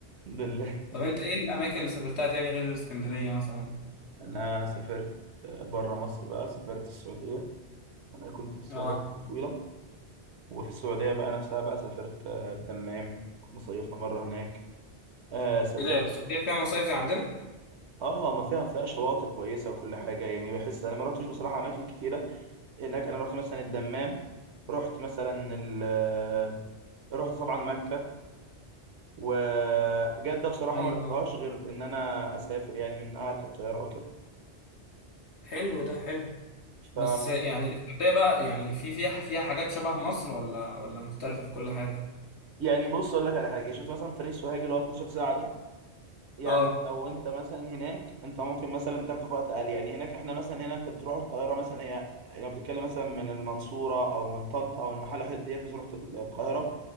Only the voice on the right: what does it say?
الحمد لله
انا سافرت آه، بره مصر بقى سافرت السعوديه انا كنت في السعوديه
فتره طويله وفي السعوديه بقى نفسها بقى سافرت آه، الدمام كنا صيفنا مره هناك آه سافرت
اه ما فيها فيها شواطئ كويسه وكل حاجه يعني بحس انا ما رحتش بصراحه اماكن كتيره هناك انا رحت مثلا الدمام رحت مثلا ال آه، رحت طبعا مكه وجده بصراحه
ما رحتهاش غير ان انا اسافر يعني من اركب طياره او كده
ف
يعني بص اقول لك على حاجه شفت مثلا طريق سوهاج اللي هو 12 ساعه ده يعني
لو انت مثلا هناك انت ممكن مثلا تاخده في وقت اقل يعني هناك احنا مثلا هنا انت بتروح القاهره مثلا هي لو بتتكلم مثلا من المنصوره او من طنطا او المحله الحتت ديت مثلا رحت القاهره